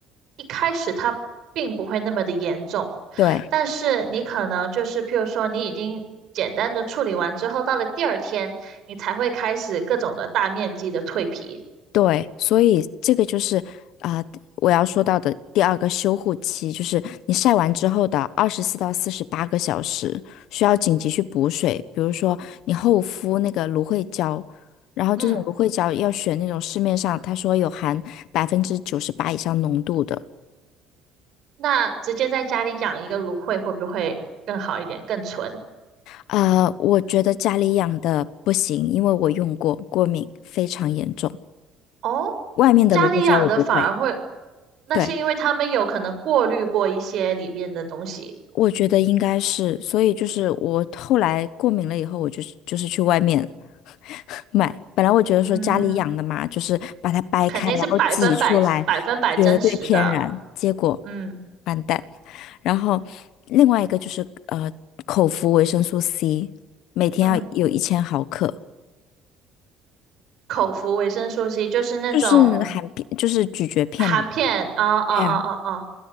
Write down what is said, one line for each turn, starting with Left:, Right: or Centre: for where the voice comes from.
Right: 一开始它并不会那么的严重，
Left: 对，
Right: 但是你可能就是譬如说你已经简单的处理完之后，到了第二天，你才会开始各种的大面积的蜕皮。
Left: 对，所以这个就是啊、呃我要说到的第二个修护期，就是你晒完之后的二十四到四十八个小时，需要紧急去补水。比如说你厚敷那个芦荟胶，然后这种芦荟胶要选那种市面上他说有含百分之九十八以上浓度的。
Right: 嗯，那直接在家里养一个芦荟会不会更好一点，更纯？
Left: 啊、我觉得家里养的不行，因为我用过，过敏非常严重。
Right: 哦，
Left: 外面的芦荟胶我不会。
Right: 家里养的反而会，那是因为他们有可能过滤过一些里面的东西，
Left: 对。我觉得应该是，所以就是我后来过敏了以后，我就是就是去外面买。本来我觉得说家里养的嘛，
Right: 嗯，
Left: 就是把它掰开，
Right: 肯定是百分百百分百真实的，
Left: 然后挤出来，绝对天然。结果
Right: 嗯
Left: 完蛋。然后另外一个就是呃，口服维生素 C，每天要有一千毫克，
Right: 嗯，口服维生素 C 就是那种
Left: 就是含片，就是咀嚼片嘛。
Right: 含片，啊啊啊啊啊！
Left: 对呀，